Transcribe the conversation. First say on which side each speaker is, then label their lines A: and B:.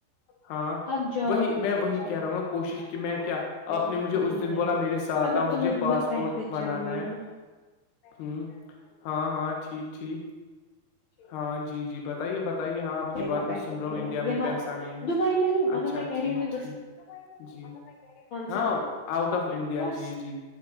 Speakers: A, on the left; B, on the left.
A: ہاں
B: اب جاب
A: وہی میں
B: کے لیے
A: وہی
B: چلے
A: کہہ رہا ہ گا کوشش کہ میں کیا آپ نے
B: جاؤ
A: مجھے
B: کہیں
A: اس دن
B: نہیں
A: بولا
B: ہے
A: میرے ساتھ
B: اگر
A: آؤ مجھے
B: تمہیں
A: پاسپورٹ
B: بہت پیسے
A: بنانا
B: چاہیے
A: ہے
B: نا
A: ہوں ہاں ہاں ٹھیک ٹھیک ہاں جی جی بتائیے بتائیے ہاں آپ کی
B: لے
A: بات
B: گا پیسے
A: میں سن رہا ہوں
B: کے لیے،
A: انڈیا میں
B: یہاں
A: پیسہ نہیں ہے
B: دبئی نہیں مطلب
A: اچھا
B: میں کہہ
A: ٹھیک
B: رہی ہوں ہندوستان
A: ٹھیک جی ہاں
B: سے
A: آؤٹ آف انڈیا
B: بس
A: جی جی